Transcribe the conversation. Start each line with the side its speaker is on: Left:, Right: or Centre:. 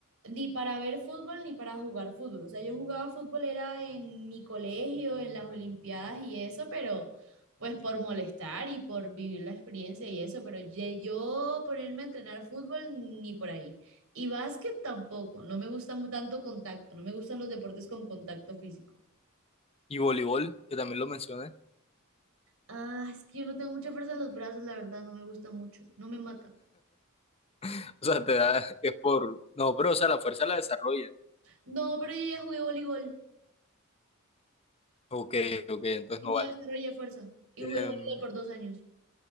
Right: ni para ver fútbol ni para jugar fútbol. O sea, yo jugaba fútbol era en mi colegio, en las Olimpiadas y eso, pero pues por molestar y por vivir la experiencia y eso, pero ye- yo ponerme a entrenar fútbol ni por ahí. Y básquet tampoco, no me gusta mu- tanto contacto, no me gustan los deportes con contacto físico.
Left: Y voleibol, que también lo mencioné.
Right: Ah, es que yo no tengo mucha fuerza en los brazos, la verdad, no me gusta mucho, no me mata.
Left: <laughs> O sea, te da, es por... No, pero o sea, la fuerza la desarrolla.
Right: No, pero yo ya jugué voleibol
Left: Ok, ok, entonces
Right: y
Left: no
Right: no
Left: vale.
Right: desarrollé fuerza. Y
Left: Em,
Right: jugué voleibol por dos años.